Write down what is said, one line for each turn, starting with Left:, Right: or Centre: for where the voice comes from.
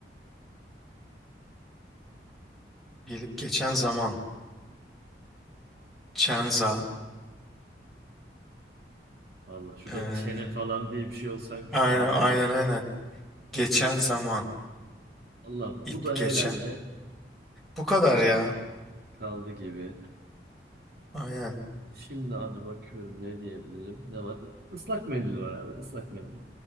Centre: Gelip geçen zaman. Çenza.
Right: Allah şurada
Centre: Ee,
Right: çene falan diye bir şey olsaymış
Centre: Aynen
Right: şunların
Centre: aynen
Right: yere.
Centre: aynen. Geçen zaman.
Right: Allah
Centre: ip
Right: bu da
Centre: geçen.
Right: herhalde
Centre: Bu kadar ya.
Right: kaldı gibi.
Centre: Aynen.
Right: Şimdi abi bakıyorum ne diyebilirim. Ne var? Islak mendil var abi. Islak mendil.